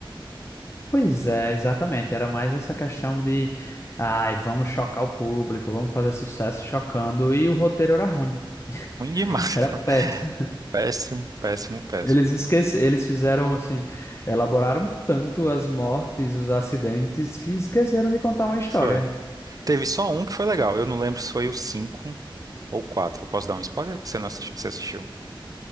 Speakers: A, on the left; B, on the right.
A: Pois é, exatamente. Era mais essa questão de, ai, vamos chocar o público, vamos fazer sucesso chocando. E o roteiro era ruim.
B: Ruim
A: <laughs>
B: demais.
A: Era
B: <laughs>
A: péssimo.
B: Péssimo, péssimo, péssimo.
A: Eles esquece, eles fizeram assim, elaboraram tanto as mortes, os acidentes, que esqueceram de contar uma história.
B: Foi. Teve só um que foi legal. Eu não lembro se foi o 5 ou o quatro Posso dar um spoiler? Você não assistiu? Você assistiu?